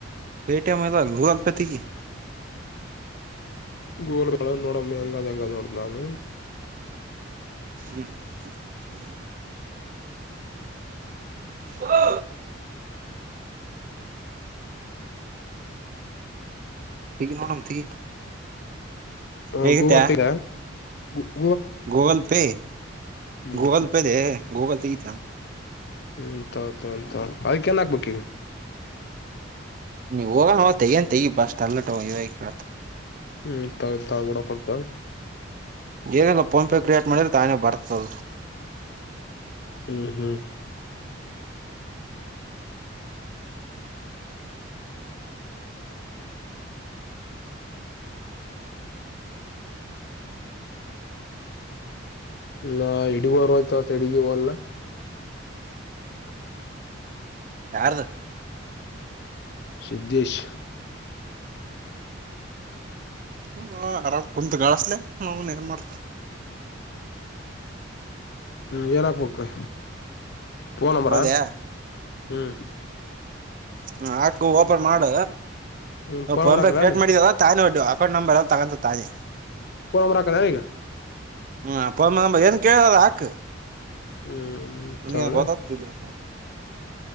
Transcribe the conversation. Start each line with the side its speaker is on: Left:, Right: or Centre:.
Right: ಪೇಟಿಯಮ್ ಅಲ್ಲ ಗೂಗಲ್ ಪೇ ತಗಿ
Left: ಗೋಲುಗಳನ್ನ ನೋಡಮ್ಮ ಹೆಂಗಾದ್ ಹೆಂಗ ನೋಡತಾನು
Right: ಹು <unintelligible> ವೊ ತಿಗಿ ನೋಡಮ್ ತೆಗಿ
Left: ಹ
Right: ತೆಗಿತ್ಯಾ
Left: ಗೂವರ್ತಿನ ಗೂ
Right: ಗೂಗಲ್ ಪೇ
Left: ಹ್ಮ್
Right: ಗೂಗಲ್ ಪೇ ಲೇ ಗೂಗಲ್ ತಗಿತನು
Left: ಹ್ಮಂತೌ ತ ಉಂತ ಅದ ಕೆನ್ ಹಾಕ್ಬೇಕಿ
Right: ನೀವ ಹೋಗಣ ನ ತಗಏನ್ ತೆಗಿ ಬಾ ಅಷ್ಟ ಅಲ್ಲಟ ಇವ ಕತ
Left: ಹ್ಮ್ ತಾವ ತಳಬಡ ಕೊತ
Right: ಏನೆಲ್ಲ ಫೋನ್ಪೇ ಕ್ರಿಯೇಟ್ ಮಾಡ್ರಿದ ತಾನೆ ಬರ್ತದ
Left: ಹು ಹು <unintelligible> ನ ಹಡಿಗಾರ ಆಯ್ತ ಹೆಡಗಿ ಅಲ್ಲ
Right: ಯಾರ್ದ
Left: ಸಿದ್ದೇಶ್
Right: ಹುಂ ಆರಾಮ್ ಕುಂತ್ ಗಳಿಸ್ಲೆ ನೌನ್ ಏನ್ ಮಾಡ್ತಿ.
Left: ಹ್ಮ್ ಏನಾಕ್ಬೇಕ ಫೋನ್ ನಂಬರಾ
Right: ಹೌದ್ಯಾ
Left: ಹುಂ
Right: ಹೂಂ ಹಾಕು ಓಪನ್ ಮಾಡ
Left: ಹ್ಮ್ ಫೋನ್
Right: ಫೋನ್ಪೇ
Left: ಬರಾಕಲ್ಲ
Right: ಕ್ರಿಯೇಟ್ ಮಾಡಿಯಲ್ಲ ತಾನೇ ಒ ಅಕೌಂಟ್ ನಂಬರ್ ತಗಂತದ್ ಆದೆ
Left: ಫೋನ್ ನಂಬರಾಕನಾ ಈಗ
Right: ಹ್ಮ ಫೋನನಂಬ ಏನ್ ಕೇಳ್ದದ ಹಾಕ
Left: ಹ್ಮ್
Right: ಅವನಿಗೇನ
Left: ತಾಳೆ
Right: ಗೊತ್ತಾತದ ಇಲ್ಲಿ